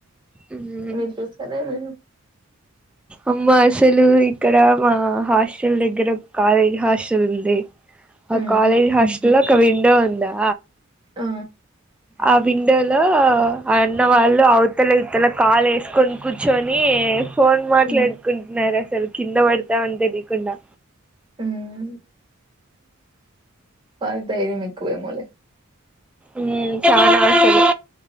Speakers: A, in the centre; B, on the right.
A: మ్మ్
B: మీరు చూసారా మీరు
A: అమ్మ అసలు ఇక్కడ మా హాస్టల్ దగ్గర ఒక కాలేజ్ హాస్టల్ ఉంది. ఆ
B: హ్మ్.
A: కాలేజ్ హాస్టల్లో ఒక విండో ఉందా
B: ఆ
A: ఆ విండోలో ఆ అన్నవాళ్ళు అవతల ఇతల కాలు వేసుకొని కూర్చొని ఫోన్ మాట్లాడుకుంటున్నారు
B: హ్మ్.
A: అసలు కింద పడతామని తెలియకుండా
B: ఉమ్ వాళ్లకు ధైర్యం ఎక్కువ ఏమోలే
A: ఉ చానా ఆసలు